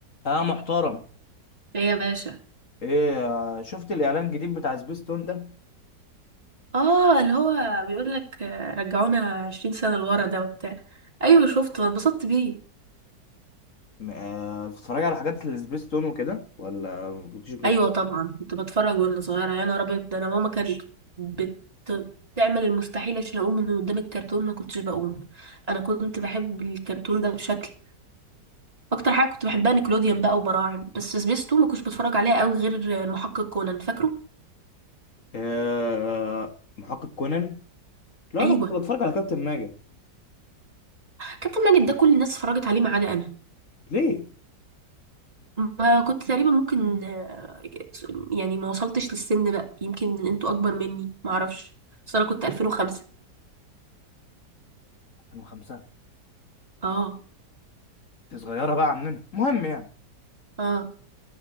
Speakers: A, on the left; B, on the right.
A: اه محترم
B: ايه يا باشا
A: ايه آه، شفت الاعلان الجديد بتاع سبيستون ده
B: اه اللي هو بيقول لك رجعونا 20 سنة لورا ده وبتاع ايوه شفته واتبسطت بيه
A: م- آه، بتتفرج على حاجات السبيستون وكده ولا ما كنتش بتتفرج
B: ايوه طبعا كنت بتفرج وانا صغيرة يا نهار ابيض ده انا ماما كانت بت- بتعمل المستحيل عشان اقوم من قدام الكرتون ما كنتش بقوم انا كنت بحب الكرتون ده بشكل اكتر حاجة كنت بحبها نيكلوديان بقى وبراعم بس سبيستو ما كنتش بتفرج عليها قوي غير المحقق كونان فاكره
A: آه محقق كونان لا
B: ايوه
A: انا كنت بتفرج على كابتن ماجد
B: كابتن ماجد ده كل الناس اتفرجت عليه ما عدا انا
A: ليه
B: ما كنت تقريبا ممكن آه، يعني ما وصلتش للسن بقى يمكن انتوا اكبر مني ما اعرفش بس انا كنت 2005
A: 2005
B: اه
A: انت صغيره بقى عننا المهم يعني
B: اه